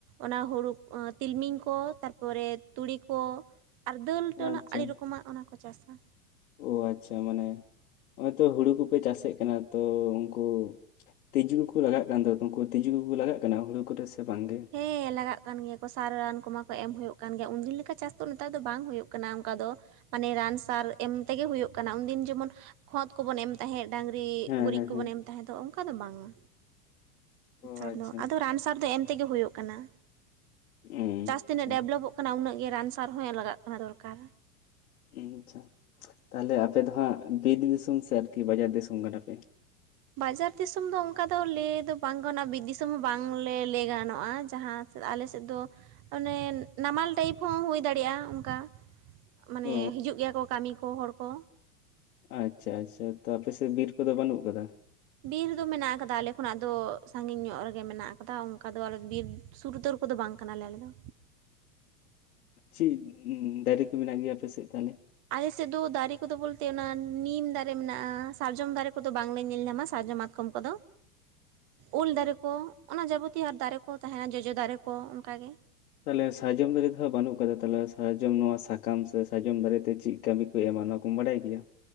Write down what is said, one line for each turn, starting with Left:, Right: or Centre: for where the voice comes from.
Right: ᱚᱱᱟ ᱦᱩᱲᱩ ᱛᱤᱞᱢᱤᱧ ᱠᱚ ᱛᱟᱨᱯᱚᱨᱮ ᱛᱩᱲᱤ ᱠᱚ᱾ ᱟᱨ ᱫᱟᱹᱞᱴᱟᱹᱞ
Left: ᱟᱪᱪᱷᱟ
Right: ᱟᱹᱰᱤ ᱨᱚᱠᱚᱢᱟᱜ ᱚᱱᱟ ᱠᱚ ᱪᱟᱥᱼᱟ᱾
Left: ᱚ ᱟᱪᱪᱷᱟ, ᱢᱟᱱᱮ ᱱᱚᱜᱼᱚᱭ ᱛᱚ ᱦᱩᱲᱩ ᱠᱚᱯᱮ ᱪᱟᱥᱮᱫ ᱠᱟᱱᱟ ᱛᱚ ᱩᱱᱠᱩ ᱛᱤᱡᱩ ᱠᱚᱠᱚ ᱞᱟᱜᱟᱜ ᱠᱟᱱ ᱫᱚ ᱩᱱᱠᱩ ᱛᱤᱡᱩ ᱠᱚᱠᱚ ᱞᱟᱜᱟᱜ ᱠᱟᱱᱟ ᱦᱩᱲᱩ ᱠᱚᱨᱮ ᱥᱮ ᱵᱟᱝᱜᱮ?
Right: ᱦᱮᱸ ᱞᱟᱜᱟᱜ ᱠᱟᱱ ᱜᱮᱭᱟ ᱠᱚ ᱥᱟᱨ ᱨᱟᱱ ᱠᱚᱢᱟ ᱠᱚ ᱮᱢ ᱦᱩᱭᱩᱜ ᱠᱟᱱ ᱜᱮᱭᱟ᱾ ᱩᱱᱫᱤᱱ ᱞᱮᱠᱟ ᱪᱟᱥ ᱫᱚ ᱱᱮᱛᱟᱨ ᱫᱚ ᱵᱟᱝ ᱦᱩᱭᱩᱜ ᱠᱟᱱᱟ ᱚᱱᱠᱟ ᱫᱚ᱾ ᱢᱟᱱᱮ ᱨᱟᱱ ᱥᱟᱨ ᱮᱢ ᱛᱮᱜᱮ ᱦᱩᱭᱩᱜ ᱠᱟᱱᱟ᱾ ᱩᱱᱫᱤᱱ ᱡᱮᱢᱚᱱ ᱠᱷᱚᱛ ᱠᱚᱵᱚᱱ ᱮᱢ ᱛᱟᱦᱮᱸᱫ ᱰᱟᱹᱝᱨᱤ
Left: ᱦᱮᱸ
Right: ᱜᱩᱨᱤᱡ
Left: ᱦᱮᱸ
Right: ᱠᱚᱵᱚᱱ
Left: ᱦᱮᱸ
Right: ᱮᱢ ᱛᱟᱦᱮᱸ ᱫᱚ ᱚᱱᱠᱟ ᱫᱚ ᱵᱟᱝᱼᱟ᱾ ᱱᱮᱛᱟᱨ
Left: ᱚ ᱟᱪᱪᱷᱟ
Right: ᱫᱚ ᱟᱫᱚ ᱨᱟᱱ ᱥᱟᱨ ᱫᱚ ᱮᱢ ᱛᱮᱜᱮ ᱠᱟᱱᱟ᱾
Left: ᱦᱩᱸ ᱟᱪᱪᱷᱟ
Right: ᱪᱟᱥ ᱛᱤᱱᱟᱹᱜ ᱰᱮᱵᱞᱚᱯᱚᱜ ᱠᱟᱱᱟ ᱩᱱᱟᱹᱜ ᱜᱮ ᱨᱟᱱ ᱥᱟᱨ ᱦᱚᱸ ᱞᱟᱜᱟᱜ ᱠᱟᱱᱟ ᱫᱚᱨᱠᱟᱨ᱾
Left: ᱩᱸ ᱟᱪᱪᱷᱟ ᱛᱟᱦᱚᱞᱮ ᱟᱯᱮ ᱫᱚ ᱦᱟᱸᱜ ᱵᱤᱨ ᱫᱤᱥᱚᱢ ᱥᱮ ᱟᱨᱠᱤ ᱵᱟᱡᱟᱨ ᱫᱤᱥᱚᱢ ᱠᱟᱱᱟ ᱯᱮ?
Right: ᱵᱟᱡᱟᱨ ᱫᱤᱥᱚᱢ ᱫᱚ ᱚᱱᱠᱟ ᱫᱚ ᱞᱟᱹᱭ ᱫᱚ ᱵᱟᱝ ᱜᱟᱱᱚᱜᱼᱟ, ᱵᱤᱨ ᱫᱤᱥᱚᱢ ᱦᱚᱸ ᱵᱟᱝᱞᱮ ᱞᱟᱹᱭ ᱜᱟᱱᱚᱜᱼᱟ ᱡᱟᱦᱟᱸ ᱟᱞᱮ ᱥᱮᱫ ᱫᱚ ᱢᱟᱱᱮ ᱱᱟᱢᱟᱞ ᱴᱟᱭᱤᱯ ᱦᱚᱸ ᱦᱩᱭ ᱫᱟᱲᱮᱭᱟᱜᱼᱟ ᱚᱱᱠᱟ᱾ ᱢᱟᱱᱮ
Left: ᱚ
Right: ᱦᱤᱡᱩᱜ ᱜᱮᱭᱟ ᱠᱚ ᱠᱟᱹᱢᱤ ᱠᱚ ᱦᱚᱲ ᱠᱚ᱾
Left: ᱟᱪᱪᱷᱟ ᱟᱪᱪᱷᱟ, ᱛᱚ ᱟᱯᱮᱥᱮᱫ ᱵᱤᱨ ᱠᱚᱫᱚ ᱵᱟᱹᱱᱩᱜ ᱟᱠᱟᱫᱟ?
Right: ᱵᱤᱨ ᱫᱚ ᱢᱮᱱᱟᱜ ᱟᱠᱟᱫᱟ ᱟᱞᱮ ᱠᱷᱚᱱᱟᱜ ᱫᱚ ᱥᱟᱺᱜᱤᱧ ᱧᱚᱜ ᱨᱮᱜᱮ ᱢᱮᱱᱟᱜ ᱟᱠᱟᱫᱟ ᱾ ᱚᱱᱠᱟ ᱫᱚ ᱟᱞᱮ ᱵᱤᱨ ᱥᱩᱨᱩ ᱩᱛᱟᱹᱨ ᱠᱚᱫᱚ ᱵᱟᱝ ᱠᱟᱱᱟᱞᱮ ᱟᱞᱮ ᱫᱚ᱾
Left: ᱪᱤᱫ ᱫᱟᱨᱤ ᱠᱚ ᱢᱮᱱᱟᱜ ᱜᱮᱭᱟ ᱟᱯᱮ ᱥᱮᱫ ᱛᱟᱦᱚᱞᱮ?
Right: ᱟᱞᱮ ᱥᱮᱫ ᱫᱚ ᱫᱟᱨᱮ ᱠᱚᱫᱚ ᱵᱚᱞᱛᱮ ᱚᱱᱟ ᱱᱤᱢ ᱫᱟᱨᱮ ᱢᱮᱱᱟᱜ-ᱟ, ᱥᱟᱨᱡᱚᱢ ᱫᱟᱨᱮ ᱠᱚᱫᱚ ᱵᱟᱝᱞᱮ ᱧᱮᱞ ᱧᱟᱢᱟ ᱥᱟᱨᱡᱚᱢᱟ ᱠᱚᱢ ᱠᱚᱫᱚ᱾ ᱩᱞ ᱫᱟᱨᱮ ᱠᱚ ᱚᱱᱟ ᱡᱟᱵᱚᱛᱤᱭᱚ ᱟᱨ ᱫᱟᱨᱮ ᱠᱚ ᱛᱟᱦᱮᱱᱟ ᱡᱚᱡᱚ ᱫᱟᱨᱮ ᱠᱚ ᱚᱱᱠᱟᱜᱮ᱾
Left: ᱛᱟᱦᱚᱞᱮ ᱥᱟᱨᱡᱚᱢ ᱫᱟᱨᱤ ᱫᱚ ᱦᱟᱸᱜ ᱵᱟᱹᱱᱩᱜ ᱟᱠᱟᱫᱟ ᱛᱟᱦᱚᱞᱮ ᱥᱟᱨᱡᱚᱢ ᱱᱚᱣᱟ ᱥᱟᱠᱟᱢ ᱥᱮ ᱥᱟᱨᱡᱚᱢ ᱫᱟᱨᱤ ᱛᱮ ᱪᱤᱫ ᱠᱟᱹᱢᱤ ᱠᱚᱭ ᱮᱢᱟ ᱚᱱᱟ ᱠᱚᱢ ᱵᱟᱰᱟᱭ ᱜᱮᱭᱟ?